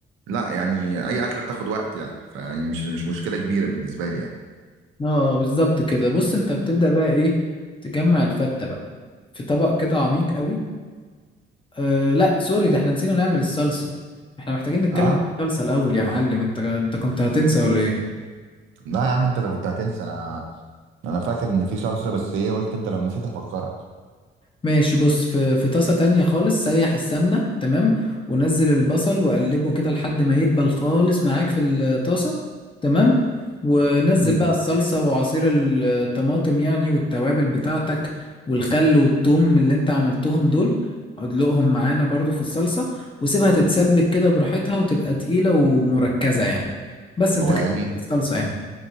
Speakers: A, on the right; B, on the left.
A: لا يعني أي أكلة بتاخد وقت يعني فيعني مش مش مشكلة كبيرة بالنسبة لي يعني
B: اه بالظبط كده بص انت بتبدا بقى ايه تجمع الفته بقى في طبق كده عميق قوي أه لا سوري ده احنا نسينا نعمل الصلصة احنا محتاجين نتكلم
A: اه
B: في الصلصة الأول يا معلم انت انت كنت هتنسى ولا ايه
A: لا يا عم انت لو كنت هتنسى انا انا فاكر ان في صلصه بس ايه قلت انت لو نسيت هفكرك
B: ماشي بص في في طاسة تانية خالص سيح السمنة تمام ونزل البصل وقلبه كده لحد ما يدبل خالص معاك في الطاسة تمام ونزل
A: مم.
B: بقى الصلصة وعصير الطماطم يعني والتوابل بتاعتك والخل والثوم اللي انت عملتهم دول ادلقهم معانا برضو في الصلصة وسيبها تتسبك كده براحتها وتبقى تقيلة ومركزة يعني بس انت
A: هو
B: كده
A: يعني
B: عملت الصلصة يعني